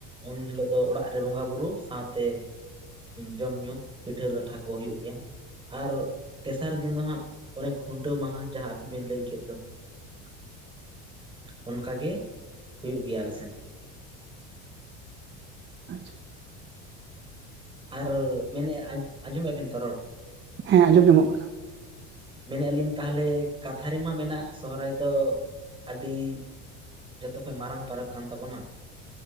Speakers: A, on the right; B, on the right.
A: ᱩᱱ ᱦᱤᱞᱳᱜ ᱫᱚ ᱚᱲᱟᱜ ᱨᱮ ᱵᱚᱸᱜᱟ ᱵᱩᱨᱩ ᱥᱟᱶ ᱛᱮ ᱡᱚᱢ ᱧᱩ ᱯᱤᱴᱷᱟᱹ ᱞᱟᱴᱷᱟ ᱠᱚ ᱦᱩᱭᱩᱜ ᱜᱮᱭᱟ ᱟᱨ ᱛᱮᱥᱟᱨ ᱫᱤᱱ ᱫᱚ ᱦᱟᱜ ᱚᱱᱮ ᱠᱷᱩᱱ ᱴᱟᱹᱣ ᱢᱟᱦᱟ ᱡᱟᱦᱟ ᱟᱹᱵᱤᱱ ᱵᱤᱱ ᱞᱟᱹᱭ ᱠᱮᱫ ᱫᱚ
B: <inaudible>
A: ᱚᱱᱠᱟ ᱜᱮ ᱦᱩᱭᱩᱜ ᱜᱮᱭᱟ ᱟᱞᱮ ᱥᱮᱱ ᱦᱚᱸ
B: ᱜᱮᱭᱟ ᱟᱪᱪᱷᱟ
A: ᱟᱨ ᱢᱮᱱᱮᱫ-ᱟ ᱟᱸᱡᱚ ᱟᱸᱡᱚᱢ ᱮᱜᱟ ᱵᱤᱱ ᱛᱚ ᱨᱚᱲ
B: ᱦᱮᱸ ᱟᱸᱡᱚᱢ ᱧᱟ ᱢᱚᱜ ᱠᱟᱱᱟ
A: ᱢᱮᱱᱮᱫ-ᱟ ᱞᱤᱧ ᱛᱟᱦᱞᱮ ᱠᱟᱛᱷᱟ ᱨᱮᱢᱟ ᱢᱮᱱᱟᱜ ᱥᱚᱦᱚ ᱨᱟᱭ ᱫᱚ ᱟᱹᱰᱤ ᱡᱷᱚᱛᱚ ᱠᱷᱚᱡ ᱢᱟᱨᱟᱝ ᱯᱚᱨᱚᱵᱽ ᱠᱟᱱ ᱛᱟᱵᱚ ᱱᱟ